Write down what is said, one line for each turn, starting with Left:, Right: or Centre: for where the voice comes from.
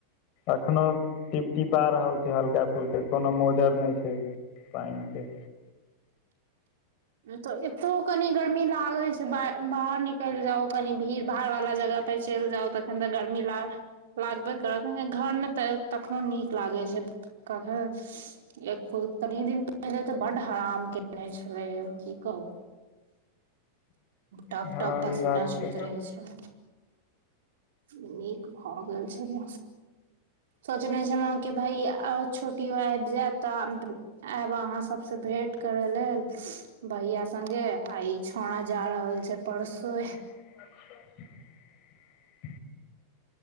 Left: एखनो टिपटिपा रहल छै हलका फुलका, कोनो मोजर नहि छै पानि के।
Right: त एतौ कनी गर्मी लागै छै, बाहर निकलि जाउ। कनी भीड़ भाड़ वला जगह पर चलि जाउ तखन त गर्मी लाग। लागबे करत ने, घर मे त तखनो नीक। लागे छै कखैन, कनी दिन पहिने त बड हरान के जने छल कि कह टप
Left: हँ
Right: टप पसीना
Left: ई बात
Right: होइत
Left: तऽ
Right: रहै छै। नीक भऽ गेल छल। सोचने छलहुँ कि भई छोटियो आबि जाय तऽ। आयब अहाँ सभसँ भेट करे लेल भहिया स्गे आ ई छोड़ा जा रहल छै परसो।
Left: अच्छा